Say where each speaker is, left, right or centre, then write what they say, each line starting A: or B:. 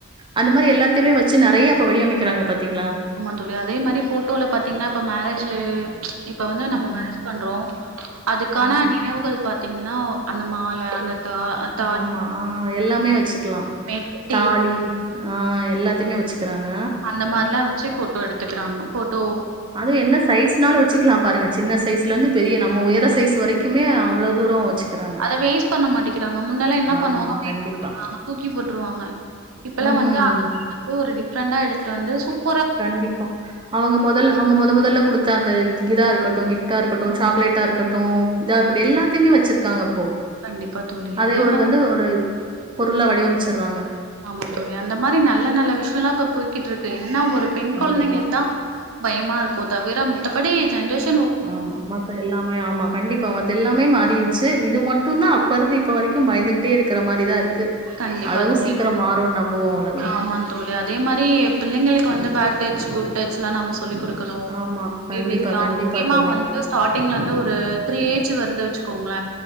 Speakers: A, on the right; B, on the right.
A: அந்த மாரி எல்லாத்தையுமே வச்சு நெறைய இப்ப வடிவமைக்கிறாங்க பாத்தீங்ளா
B: ஆமா தோழி அதே மாரி போட்டோல பாத்தீங்ன்னா இப்ப மேரேஜ்ஜு இப்ப வந்து நம்ம
A: ஆமா,
B: மேரேஜ் பண்றோம் அதுக்கான
A: ஆமா.
B: நினைவுகள் பாத்தீங்ன்னா அந்த மால அந்த தா தாலி
A: ஆமா ஆ எல்லாமே வச்சிக்கிலா
B: மெட்டி
A: தாலி ஆ எல்லாத்திமே வச்சுக்கிறாங்க
B: அந்த மாரிலா வச்சி போட்டோ எடுத்துகிறாங்க போட்டோ
A: அது என்ன சைஸ்னாலு வச்சுக்லா பாருங்க சின்ன சைஸ்லந்து பெரிய நம்ம உயர் முட்ட சைஸ் வரைக்குமே அவ்ளோ தூரம் வச்சிகிறாங்க
B: அத வேஸ்ட் பண்ண மாட்டேக்கிறாங்க முன்னெல்லா என்ன
A: ஆ
B: பண்ணுவாங்க வேஸ்ட்
A: கண்டிப்பா
B: பண்ணிடுவாங்க தூக்கி போட்ருவாங்க இப்பல்லா
A: ம்.
B: வந்து அத வந்து ஒரு டிஃப்ரெண்டா எடுத்துட்டு வந்து சூப்
A: கண்டிப்பா அவங்க மொதல் அவங்க மொத மொதல்ல குடுத்த அந்த இதா இருக்கட்டும் கிஃப்ட்டா இருக்கட்டும் சாக்லேட்டா இருக்கட்டும் இதா
B: ஃபோட்டோ
A: இருக்கட்டும் எல்லாதையுமே வச்சிருக்காங்க அப்போ
B: கண்டிப்பா தோழி
A: அதே ஒரு
B: மாரி
A: வந்து ஒரு பொருளா வடிவமைச்சிறாங்க
B: ஆமா தோழி அந்த மாரி நல்ல நல்ல விஷயல்லா இப்ப போய்கிட்டு இருக்கு என்ன ஒரு பெண்
A: கண்டிப்பா.
B: குழந்தைங்களுக்கு தா பயமா இருக்கு தவிர மித்தபடி ஜென்ரேஷ்
A: ஆமா மத் த எல்லாமே ஆமா கண்டிப்பா மத்த எல்லாமே மாறிருச்சி இது மட்டு தா அப்ப இருந்து இப்ப வரைக்கு பயந்து கிட்டே இருக்கிற மாரிதா இருக்கு
B: கண்டிப்பா
A: அதுவு
B: தோழி
A: சீக்கிரோ மாறுன் நம்புவோ அவ்ளோதா
B: ஆமா தோழி அதே மாரி பிள்ளைங்களுக்கு வந்து பேட் டச் குட் டச் லா நம்ம சொல்லி குடுக்கனு
A: ஆமா.
B: பேபிஸ்லா
A: கண்டிப்பா, கண்டிப்பா
B: முக்யமா
A: தோழி.
B: வந்து ஸ்டாடிங்லந்து ஒரு த்ரீ ஏஜ் வருது வச்சுக்கோங்கள